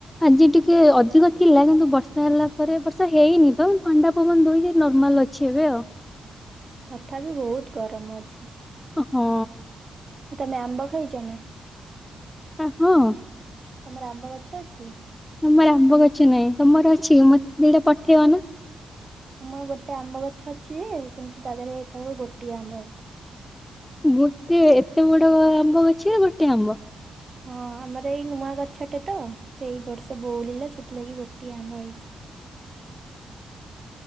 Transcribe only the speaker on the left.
ଆଜି ଟିକେ ଅଧିକ ଥିଲା କିନ୍ତୁ ବର୍ଷା ହେଲା ପରେ ବର୍ଷା ହେଇନି ତ ଥଣ୍ଡା ପବନ ଦଉ ନର୍ମାଲ ଅଛି ଏବେ ଆଉ।
ହଁ।
ଆଁ ହଁ।
ତମର ଆମ୍ବ ଗଛ ନାଇଁ ତମର ଅଛି ମତେ ଦିଟା ପଠେଇବ ନା।
ଗୋଟେ ଏତେ ବଡ ଆମ୍ବ ଗଛରେ ଗୋଟେ ଆମ୍ବ।
<inaudible>